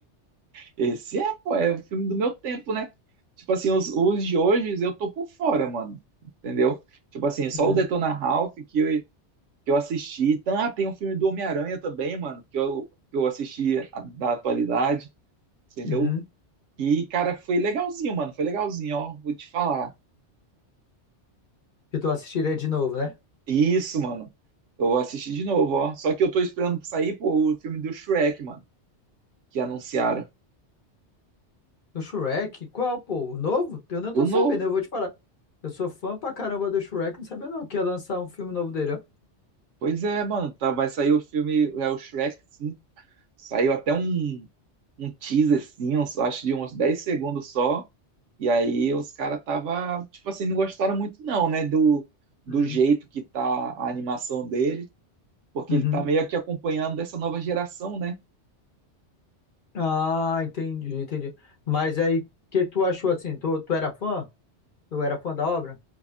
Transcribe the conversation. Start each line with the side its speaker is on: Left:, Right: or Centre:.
Right: Esse é, pô, é o filme do meu tempo, né? Tipo assim, os, os de hoje eu tô por fora, mano. Entendeu? Tipo assim, só
Left: Uhum,
Right: o Detona Ralph que eu, que eu assisti. Então, ah, tem um filme do Homem-Aranha também, mano, que eu, que eu assisti a- da atualidade, entendeu?
Left: uhum.
Right: E, cara, foi legalzinho, mano. Foi legalzinho, ó. Vou te falar.
Left: Que tu assistiria de novo, né?
Right: Isso, mano. Eu vou assistir de novo, ó. Só que eu tô esperando pra sair, pô, o filme do Shrek, mano, que anunciaram.
Left: No Shrek? Qual, pô? O novo? Eu não
Right: O
Left: tô
Right: novo.
Left: sabendo, eu vou te falar. Eu sou fã pra caramba do Shrek, não sabia não que ia lançar um filme novo dele, ó.
Right: Pois é, mano. Tá, vai sair o filme, é o Shrek 5. Saiu até um um teaser, assim, uns- acho de uns 10 segundos só. E aí os caras tava, tipo assim, não gostaram muito não, né, do, do
Left: Uhum,
Right: jeito que tá a animação dele, porque
Left: uhum.
Right: ele tá meio que acompanhando dessa nova geração, né?
Left: Ah, entendi, entendi. Mas aí, o que tu achou assim? Tu, tu era fã? Tu era fã da obra?